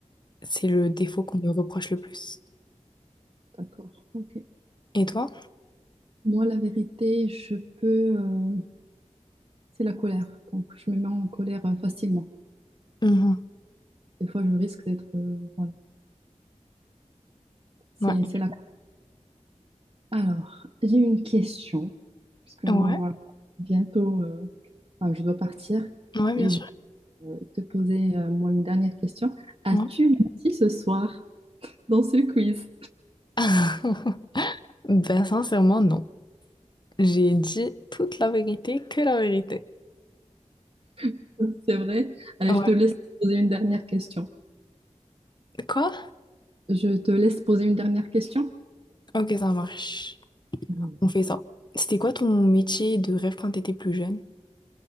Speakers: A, on the left; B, on the right.
A: c'est le défaut qu'on me reproche le plus.
B: d'accord. Ok.
A: Et toi?
B: Moi, la vérité, je peux. euh, c'est la colère. Donc, je me mets en colère euh, facilement.
A: Mhm.
B: Des fois, je risque d'être. euh, voilà. C'est,
A: Ouais.
B: c'est la. Alors, j'ai une question. Parce qu'on
A: Ouais.
B: va bientôt. euh, enfin, je dois partir.
A: Ouais, bien
B: Et
A: sûr.
B: je vais te poser, euh, moi, une dernière question. As-tu
A: Ouais.
B: menti ce soir dans ce quiz?
A: <laughs> Ben, sincèrement, non. J'ai dit toute la vérité, que la vérité.
B: <laughs> C'est vrai. Allez,
A: Ouais.
B: je te laisse poser une dernière question.
A: Quoi?
B: Je te laisse poser une dernière question.
A: Ok, ça marche.
B: Mhm.
A: On fait ça. C'était quoi ton métier de rêve quand t'étais plus jeune?